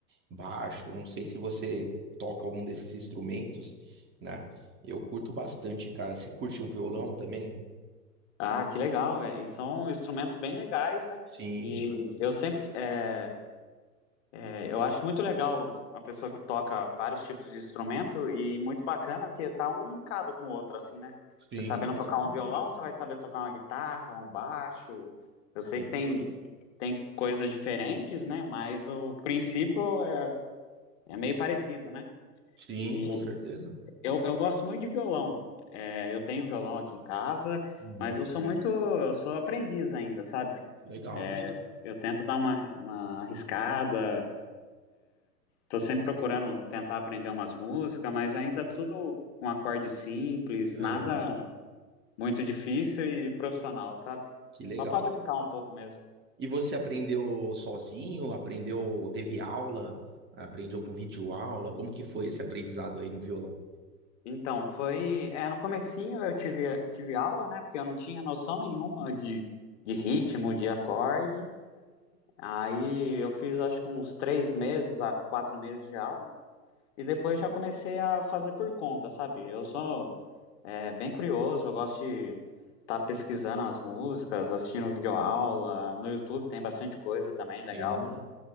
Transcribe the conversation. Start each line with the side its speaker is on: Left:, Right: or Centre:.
Right: baixo. Não sei se você toca algum desses instrumentos, né? Eu curto bastante, cara. Você curte um violão também?
Left: Ah, que legal. é, e são instrumentos bem legais, né?
Right: Sim,
Left: E
Right: cara.
Left: Sim. eu sempre. é, é, eu acho muito legal uma pessoa que toca vários tipos de instrumento e muito bacana que tá um linkado com o outro, assim, né? Você
Right: Sim,
Left: sabendo
Right: com
Left: tocar
Right: certeza.
Left: um violão, você vai saber tocar uma guitarra, um baixo. Eu sei
Right: Sem
Left: que
Right: dúvida.
Left: tem, tem coisas diferentes, né? Mas o princípio é É meio parecido, né?
Right: Sim,
Left: E
Right: com certeza.
Left: eu, eu gosto muito de violão. É, eu tenho violão aqui em casa,
Right: Uhum.
Left: mas eu sou muito, eu sou aprendiz ainda, sabe?
Right: Legal.
Left: É, eu tento dar uma, uma arriscada, tô sempre procurando tentar aprender umas músicas, mas ainda tudo com acorde simples,
Right: Aham.
Left: nada muito difícil e profissional, sabe?
Right: Que legal.
Left: Só para brincar um pouco mesmo.
Right: E você aprendeu sozinho? Aprendeu, teve aula? Aprendeu com videoaula? Como que foi esse aprendizado aí no violão?
Left: Então, foi, é, no comecinho eu tive, tive aula, né? Porque eu não tinha noção nenhuma de, de ritmo, de acorde. Aí eu fiz acho que uns três meses a quatro meses de aula e depois já comecei a fazer por conta, sabe? Eu sou é, bem curioso, eu gosto de estar pesquisando as músicas, assistindo videoaula. No YouTube tem bastante coisa também legal
Right: Sim.
Left: que,